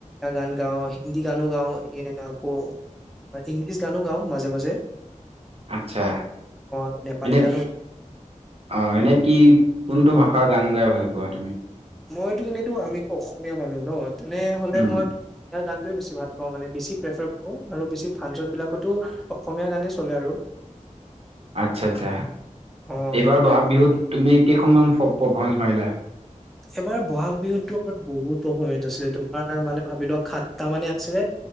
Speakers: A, in the centre; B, on the right.
A: গান গাওঁ হিন্দী গানো গাওঁ এ আকৌ ইংলিছ গানো গাওঁ মাজে মাজে।
B: আচ্ছা
A: অ আৰু নেপালী
B: এনে
A: গানো
B: অহঁ, এনে কি কোনটো ভা ষা গান গাই ভাল পোৱা তুমি?
A: মইতো এনেইতো আমিতো অসমীয়া মানুহ নহঁ তেনেহলে
B: উম
A: মই অসমীয়া গানটোয়ে বেছি ভাল পাওঁ মানে বেছি প্ৰেফাৰ কৰো আৰু বেছি ফাংচন বিলাকতো অসমীয়া গানেই চলে আৰু
B: আচ্ছা আচ্ছা
A: অ
B: এইবাৰ
A: সেইটোৱে
B: বহাগ বিহুত তুমি কেইখনমান ফ পফমেনচ মাৰিলা
A: এবাৰ ব'হাগ বিহুতোৰ বহুত পাৰফৰ্মেঞ্চ আছিলে তোমাৰ মানে ভাবি লোৱা সাতটা মানে আছিলে।